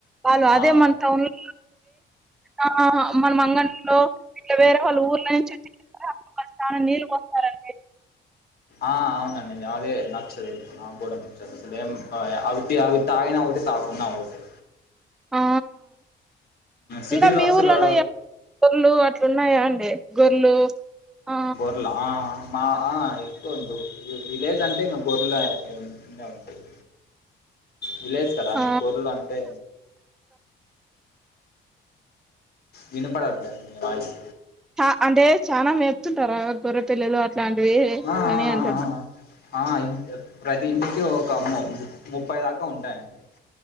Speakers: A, in the centre; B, on the left.
A: వాళ్ళు అదే
B: ఆ
A: మన టౌన్ లో ఆ మన మంగ ఇ వేరే వాళ్ళు ఊర్ల నుంచి వచ్చి చాలా నీరు పోస్తారు అని
B: ఆ అవునండి నేను అదే నచ్చదయితే నాకు కూడా నచ్చదు అసలు అవి అవి తాగిన ఒకటే తాగకున్న ఒకటే
A: ఆ
B: సిటీలో
A: ఇంకా మీ
B: అసలు
A: ఊర్లోనూ గొర్లు అట్లున్నాయా అండి గొర్లు ఆ
B: గొర్లా మా ఆ ఎక్కువ ఉండవు విలేజ్ అంటే ఇంక గొర్లు అవే ఉన్నె ఉంటాయి. విలేజ్ కదా ఇంగ
A: ఆ
B: గొర్లు అంటే, వినపడట్లే అండి మీ వాయిస్
A: ఆ అంటే చానా మేపుతుంటారా గొర్రె పిల్లలు అట్లాంటివి
B: ఆ ఆ
A: అని అంటున్నా
B: ఆ ఆ ఇన్ ప్రతి ఇంటికి ఒక ము ముప్పై దాకా ఉంటాయండి.